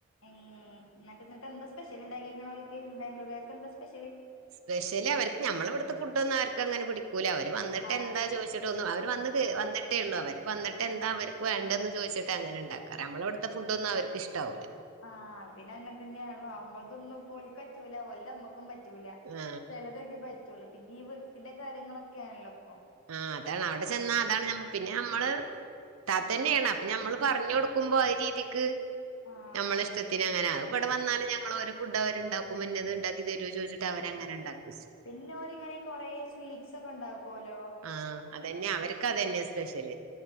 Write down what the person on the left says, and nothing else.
ഏഹ് എന്നിട്ട് ന്നട്ട് എന്താ സ്പെഷ്യല്ണ്ടാക്കിണോ ഓൽക്ക് ബാംഗ്ലൂർക്കാർക്ക് എന്താ സ്പെഷ്യല്
ആ
ആഹ് അത് പിന്നെ അങ്ങനെ തന്നെയാണളോ നമ്മളതൊന്നും ഓൽക്കറ്റൂല ഒലതമ്മക്കും പറ്റൂല
ചെലതൊക്കെ പറ്റൂള്ളൂ പിന്നെ ഈ വൃത്തിന്റെ കാര്യങ്ങളൊക്കെയണല്ലോ ഇപ്പൊ
ആ
ആ
പിന്ന ഓരിങ്ങനെ കൊറേ സ്വീറ്റ്സ് ഒക്കെണ്ടാക്കോല്ലോ